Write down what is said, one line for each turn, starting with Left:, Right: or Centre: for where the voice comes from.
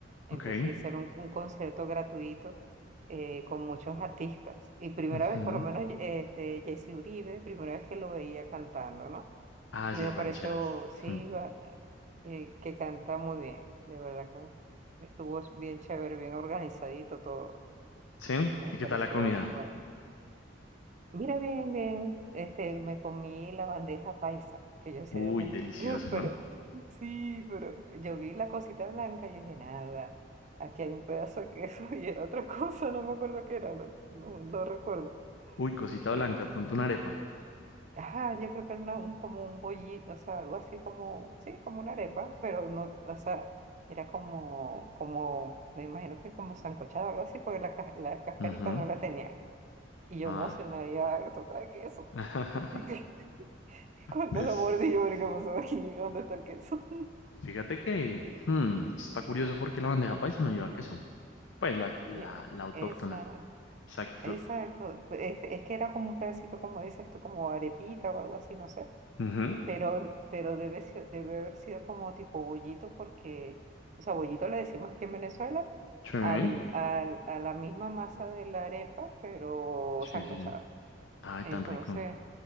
Right: Entonces
Left: ok.
Right: hicieron un, un concierto gratuito eh, con muchos artistas. Y primera
Left: Ujú.
Right: vez, por lo menos, este, Jesse Uribe, primera vez que lo veía cantando, ¿no?
Left: Ah,
Right: Y
Left: sí,
Right: me
Left: rancheras.
Right: pareció, sí,
Left: Ujú.
Right: va- eh, que canta muy bien. De verdad que estuvo bien chévere, bien organizadito todo.
Left: ¿Sí?
Right: Me
Left: ¿Y
Right: pareció
Left: qué tal la comida?
Right: muy bueno. Mira, bien, bien, este, me comí la bandeja paisa, que yo sé,
Left: Uy,
Right: Dios mío,
Left: delicioso,
Right: <laughs>
Left: ¿no?
Right: pero, pero, sí, pero yo vi la cosita blanca y dije, nada, aquí hay un pedazo de queso <laughs> y era otra cosa, no me acuerdo qué era, no, no, no recuerdo.
Left: Uy, cosita
Right: Eh,
Left: blanca, pronto una arepa.
Right: Ajá, yo creo que era una- un, como un bollito, o sea, algo así como, sí, como una arepa, pero no, o sea, era como, como, me imagino que como sancochado o algo así, porque la, ca- la cascarita
Left: Ujú.
Right: no la tenía. Y yo
Left: Ah,
Right: emocionada, ya, esto trae queso.
Left: <laughs>
Right: <laughs> Cuando
Left: pues,
Right: lo mordí, yo, bueno,
Left: sí.
Right: ¿qué pasó aquí? ¿Dónde está el queso?
Left: Fíjate que
Right: <laughs>
Left: hmm, está curioso porque la bandeja paisa no lleva queso. Pues la, la,
Right: Y
Left: la autóctona.
Right: Esa,
Left: Exacto.
Right: esa, es, co- es, es que era como un pedacito, como dices tú, como arepita o algo así, no sé.
Left: Ujú.
Right: Pero, pero debe, ser- debe haber sido como tipo bollito, porque, o sea, bollito le decimos aquí en Venezuela
Left: Sí,
Right: al, al- a la misma masa de la arepa, pero
Left: sí,
Right: sancochada.
Left: sí. sí. Ay,
Right: Entonces,
Left: tan rico.